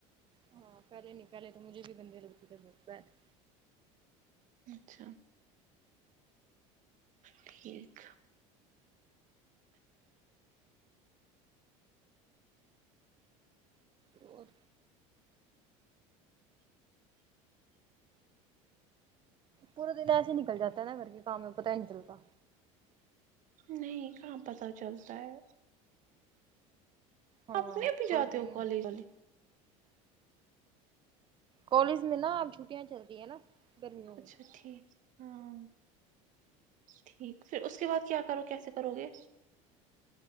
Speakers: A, on the right (about 30°); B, on the right (about 50°).
A: ہاں پہلے نہیں پہلے تو مجھے بھی گندی لگتی تھی بھوت میتھس
B: اچھا ٹھیک
A: اور پورا دن ایسے نکل جاتا ہے نا گھر کے کام میں پتا ہی نہیں چلتا
B: نہیں کہاں پتا چلتا ہے
A: ہاں
B: آپ صحی بھی جاتے
A: پورا دن
B: ہو کولیج
A: کالج میں نا اب چھٹیاں چل رہی ہیں نا گرمیوں
B: اچھا
A: میں
B: ٹھیک ہاں ٹھیک پھر اس کے بعد کیا کرو کیسے کرو گے